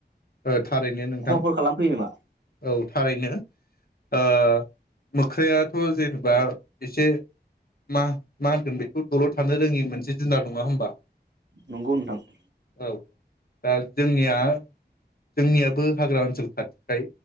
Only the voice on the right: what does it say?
खहाफोर
खालामफैयो नामा
नंगौ नोंथां ।